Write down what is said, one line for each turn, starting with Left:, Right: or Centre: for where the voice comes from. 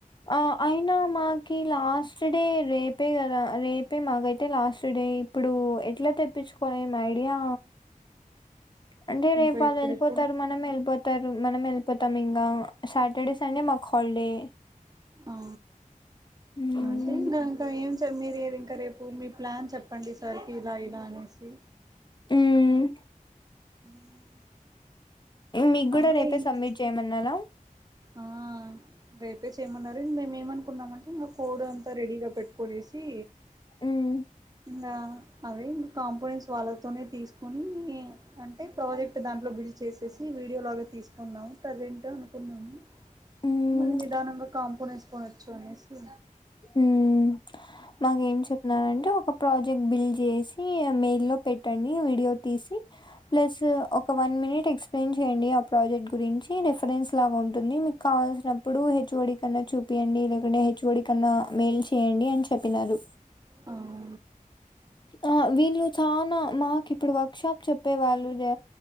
Left: ఆ అయినా మాకి లాస్ట్ డే రేపే గదా రేప్ పే మాగైతే లాస్ట్ డే ఇప్పుడు ఎట్లా తెప్పించుకోనిమ్ ఐడియా అంటే రేపు
Right: ఇంకా
Left: ఆళ్ళు
Right: ఇప్పుడిప్పుడు
Left: ఏళ్ళిపోతారు. మనం ఏళ్ళిపోతారు, మనం ఏళ్ళిపోతాం ఇంగా సాటర్డే సండే మాకు హాలడే
Right: ఆ
Left: మ్మ్.
Right: అంటే ఇంగా ఇంకా ఏం చేమ్ మీర్ రేర్ ఇంకా రేపు మీ ప్లాన్ చెప్పండి. సార్కి ఇలా ఇలా అనేసి
Left: మ్మ్.
Right: ఉమావో
Left: మీకు కూడా
Right: అంతే
Left: రేపే
Right: ఇంకా
Left: సబ్మిట్ చేయమన్నారా
Right: ఆఆ రేపే చేయమన్నారు మేము ఏమనుకున్నామంటే మా కోడ్ అంతా రెడీగా పెట్టుకోడేసి
Left: హుహ్
Right: ఇంగా అవే ఇంకా కాంపోనెంట్స్ వాళ్ళతోనే తీసుకుని అంటే ప్రాజెక్ట్ దాంట్లో బిల్ చేసేస్ ఈ వీడియో లాగా తీసుకున్నాం ప్రసెంట్ అనుకున్నాము.
Left: మ్మ్.
Right: మది నిదానంగా కాంపనేస్ వాచ్చో అనేసి
Left: ఉహ్మ్ మాక్ ఏం చెప్పినారంటే ఒక ప్రాజెక్ట్ బిల్ జేసి ఆ మెయిల్ లో పెట్టండి వీడియో తీస్ హి ప్లేసు ఒక వన్ మినిట్ ఎక్సప్లయిన్జ్ హేయండి. ఆ ప్రాజెక్ట్ గురించి రెఫరెన్స్ లాగా ఉంటుంది. మీకు కావాల్సినప్పుడు హెచ్ఓడి కన్నా చూపియండి. ఇడాకుంటే హెచ్ఓడి కన్నా మెయిల్ చేయండి అని చెప్పినారు.
Right: అవును
Left: ఆ వీళ్ళు చానా మాక్ ఇప్పుడు వర్క్ షాప్ చెప్పే వాళ్ళు జే